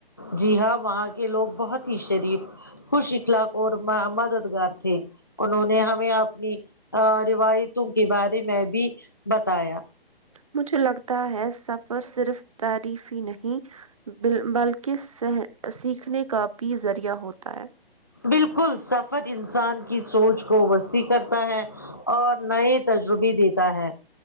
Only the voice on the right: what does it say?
مجھے لگتا ہے سفر صرف تعریف ہی نہیں بل بلکی س سیکھنے کا بھی ذریعہ ہوتا ہے